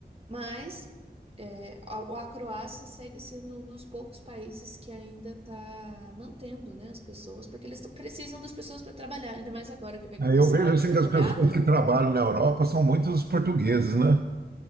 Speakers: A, on the right; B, on the right.
A: Mas é, a, a Croácia segue sendo um dos poucos países que ainda está mantendo, né, as pessoas, porque eles tão- precisam das pessoas para trabalhar, ainda mais agora que vai começar
B: Aí Eu vejo
A: a alta
B: assim
A: temporada.
B: que as pessoas que trabalham na Europa são muitos portugueses, né?